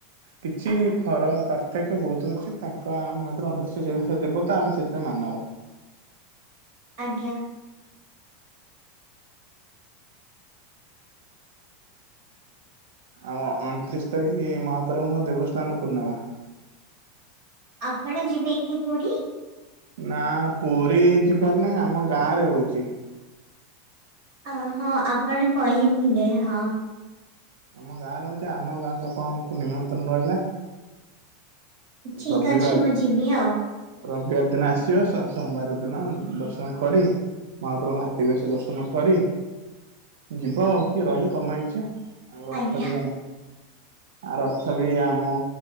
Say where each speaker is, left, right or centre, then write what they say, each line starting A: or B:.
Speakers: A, on the right (about 80°); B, on the right (about 60°).
A: କିଛି ଫର ପାର୍ଥକ୍ୟ ବହୁତ ଅଛି ତାଙ୍କ ଆମ ଭରୁ ଅଶ ଦେବତା ଆମେ ସେଥିପାଇଁ ମାନବ।
B: ଆଜ୍ଞା।
A: ଆଉ ଅଣତିରିଶ ତାରିଖ ମହାପ୍ରଭୁଙ୍କ ଦେବସ୍ଥାନ ପୂର୍ଣ୍ଣିମା।
B: ଆପଣ ଯିବେ କି ପୁରୀ?
A: ନା ପୁରୀ ଯିବାର ନାହିଁ ଆମ ଗାଁରେ ହୋଉଛି।
B: ଅହଁ ଆପଣ କହିଥିଲେ ହଁ।
A: ଆମ ଗାଁରେ ହଉଛି ଆମ ଗାଁକୁ ଆପଣଙ୍କୁ ନିମନ୍ତ୍ରଣ ରହିଲା।
B: ଠିକ
A: ରବିବାର
B: ଅଛି ମୁଁ ଯିବି ଆଉ।
A: ରବିବାର ଦିନ ଆସିବ ସୋମବାର ଦିନ ଦର୍ଶନ କରି ମହାପ୍ରଭୁଙ୍କ ହାତୀ ବେଶ ଦର୍ଶନ କରି, ଯିବ ଆଉ କି ରହିବ ତମ ଇଚ୍ଛା। ଆଉ ରଥ
B: ଆଜ୍ଞା
A: ବି ଆମ ଆ ରଥ ବି ଆମ